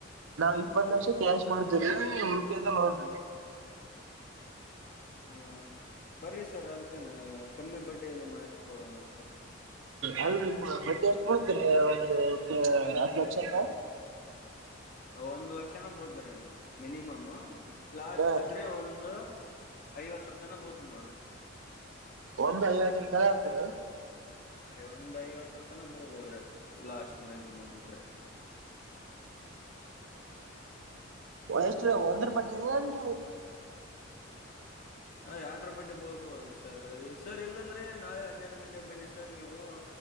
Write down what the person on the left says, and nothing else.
ಹ ಬರರಿ ಸರ್ ಅದಕ್ಕನೆ ಕಮ್ಮಿ ಬಡ್ಡಿಯಲ್ಲಿ ಮಾಡಿಸಿಕೊಡೋಣ ಅಂತೆ
ಒಂದ್ ಲಕ್ಷನ ಬೋದ್ರೀ ಮಿನಿಮಮ್ ಲಾಸ್ಟ್
ಬಿದ್ರೆ
ಒಂದು ಐವತ್ತರ ತನ ಬೋತದ ನೋಡ್ರಿ
ಹಾ ರೀ ಒಂದ್ ಐವತ್ತ ತನ ಬಳ್ಬೋದ್ರಿ ಲಾಸ್ಟ್ ಮ್ಯಾಕ್ಸಿಮಮ್ ಅಂದ್ರೆ
ಅಯ್ ಆಡ್ರ ಬಟ್ಟಿ ಬಳ್ಬೋದು ಸರ್ ಸರ್ ಇಲ್ಲಾಂದರೆ ನಾಳೆ ಹನ್ನೆರಡು ಗಂಟೆ ಬನ್ನಿ ಸರ್ ನೀವು